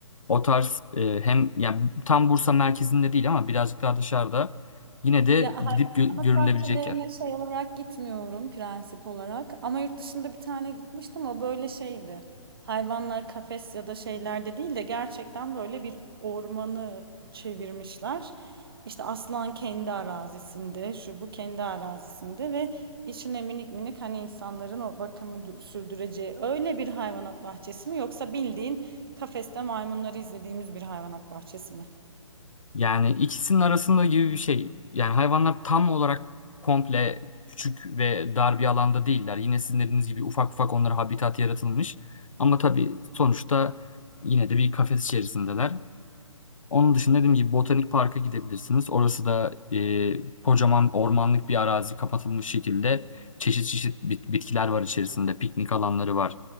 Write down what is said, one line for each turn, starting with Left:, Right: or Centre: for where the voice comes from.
Left: O tarz e, hem yani tam Bursa merkezinde değil ama birazcık daha dışarıda yine de
Right: Ya hay-
Left: gidip gö-
Right: hayvanat
Left: görülebilecek
Right: bahçelerine
Left: yer.
Right: şey olarak gitmiyorum prensip olarak. Ama yurt dışında bir tane gitmiştim. O böyle şeydi. Hayvanlar kafes ya da şeylerde değil de gerçekten böyle bir ormanı çevirmişler. İşte aslan kendi arazisinde, şu bu kendi arazisinde ve içine minik minik hani insanların o bakımı dü- sürdüreceği öyle bir hayvanat bahçesi mi yoksa bildiğin kafeste maymunları izlediğimiz bir hayvanat bahçesi mi?
Left: Yani ikisinin arasında gibi bir şey. Yani hayvanlar tam olarak komple küçük ve dar bir alanda değiller. Yine sizin dediğiniz gibi ufak ufak onlara habitat yaratılmış. Ama tabii sonuçta yine de bir kafes içerisindeler. Onun dışında dediğim gibi Botanik Park'a gidebilirsiniz. Orası da e, kocaman ormanlık bir arazi kapatılmış şekilde çeşit çeşit bit- bitkiler var içerisinde. Piknik alanları var.